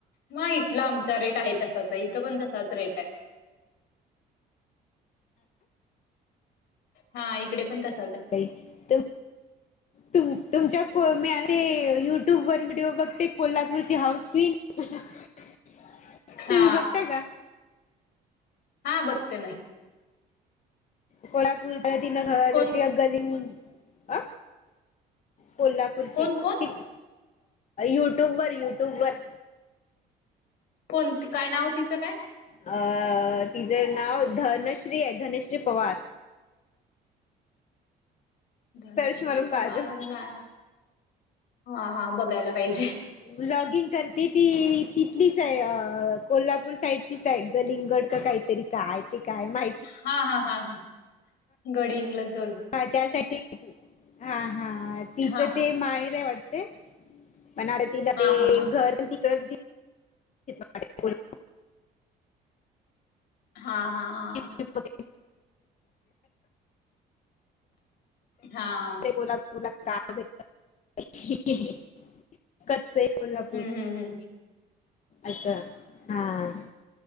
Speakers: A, on the left; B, on the left.
A: म इथला आमचा रेट आहे तसच आहे इथं पण तसाच रेट आहे. हा इकडे पण तसं
B: बाई त तुम तुमच्या <unintelligible> युट्यूब वर व्हिडिओ बघते कोल्हापूरची हाऊस क्वीन तुम्ही
A: हा
B: बघता का?
A: हा बघते ना.
B: कोल्हापूरचा तिनं घरं
A: कोण
B: <unintelligible> गली अ कोल्हा पूर्ची
A: कोण कोण
B: तीच युट्यूब वर युट्यूब वर
A: कोण ती काय नाव तिचं काय?
B: अ तिचें नाव धनश्री आहे धनश्री पवार.
A: धनश्री
B: सर्च मारून
A: पवार
B: पाहाजो
A: नाय हा हा बघायला पाहिजे.
B: व्लॉगिंग करते ती तिथलीच आहे कोल्हापूर साईडचीच आहे गलिंगड का काही तरी काय ते काय माही
A: हा हा हा हा गडींगलाच
B: हा त्या साइडची हा हा तिचं
A: हा
B: ते माहेर आहे वाटते. पण आरतीला
A: हा
B: ते
A: हा हा
B: घर पण तिकडचं <unintelligible>
A: हां हां हां हां
B: ग
A: हा
B: <inaudible> तुला का भट <inaudible> कस आहे कोल्हापूर
A: हम्म हम्म हम्म
B: असं हा <inaudible>